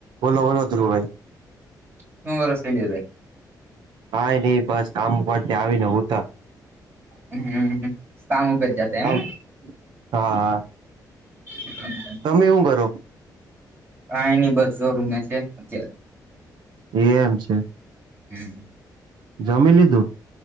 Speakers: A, on the right (about 85°); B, on the right (about 35°).
A: બોલો બોલો ધ્રુવભાઈ
B: ત્રણ વરસ થી લઈ જાય
A: કઈ નઈ બસ કામ ઉપરથી આવી ને હુતા
B: હમ સામું કરી જાત એમને
A: તમ હા હા
B: હમ
A: તમે હું કરો
B: કાંઈ ની બસ જો રૂમે છે અત્યારે
A: એ એમ છે
B: હમ
A: જમી લીધું